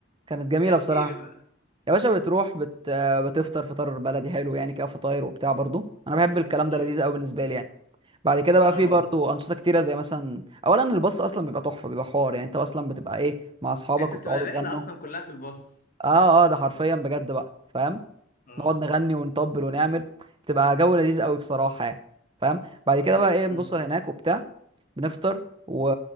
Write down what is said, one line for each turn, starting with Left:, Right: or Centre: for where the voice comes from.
Right: كانت جميله
Left: احكي
Right: بصراحه
Left: لي بقى
Right: يا باشا بتروح بت... آه، بتفطر فطار بلدي حلو يعني كده فطاير وبتاع برضو انا بحب الكلام
Left: ايوه
Right: ده لذيذ قوي بالنسبه لي يعني بعد كده بقى
Left: اه
Right: في برضو انشطه كتيره زي مثلا اولا الباص اصلا بيبقى تحفه بيبقى حوار يعني انت اصلا بتبقى ايه مع اصحابك
Left: انت بتبقى
Right: وبتقعدوا
Left: الرحلة
Right: تغنوا
Left: اصلا كلها في الباص
Right: اه اه ده حرفيا بجد بقى فاهم
Left: اه
Right: نقعد نغني ونطبل ونعمل تبقى جو لذيذ قوي بصراحه يعني فاهم بعد كده بقى ايه بنوصل
Left: مم.
Right: هناك وبتاع بنفطر و...